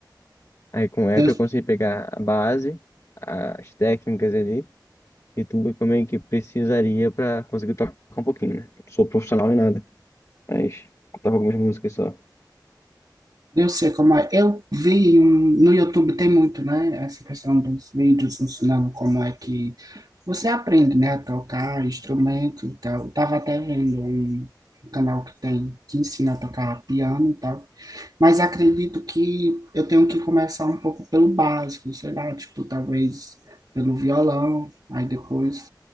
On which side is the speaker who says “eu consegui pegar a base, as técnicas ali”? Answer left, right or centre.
Left